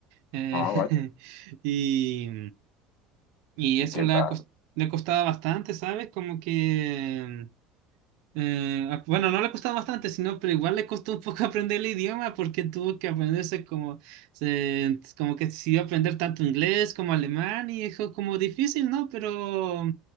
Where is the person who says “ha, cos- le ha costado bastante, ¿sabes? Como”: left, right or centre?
Right